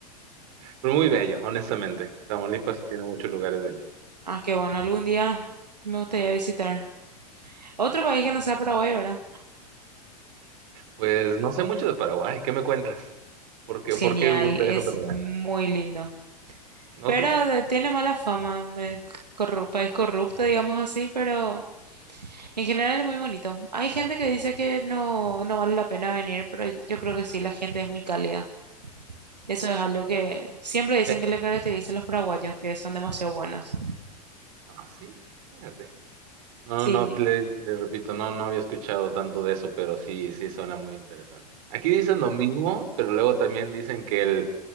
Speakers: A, on the right; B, on the right.
A: Pero muy bello, honestamente. Tamaulipas tiene muchos lugares bellos.
B: Ah, qué bueno, algún día me gustaría visitar. Otro país que no sea Paraguay, ¿verdad?
A: Pues no sé mucho de Paraguay, ¿qué me cuentas? ¿Por qué,
B: Es genial,
A: por qué buscarías
B: es
A: otro lugar?
B: muy lindo.
A: ¿No?
B: Pero
A: sé.
B: de- tiene mala fama, de corru- país corrupto, digamos así, pero en general es muy bonito. Hay gente que dice que no, no vale la pena venir, pero yo creo que sí, la gente es muy cálida.
A: No,
B: Eso es
A: sí.
B: algo
A: Entiendo.
B: que siempre dicen
A: Eh,
B: que le caracteriza a los paraguayos, que son demasiado buenos.
A: Ah, sí, fíjate. No, no,
B: Sí,
A: no, te- le, le repito, no, no había escuchado tanto de eso, pero sí, sí suena muy interesante. Aquí dicen lo mismo, pero luego también dicen que el,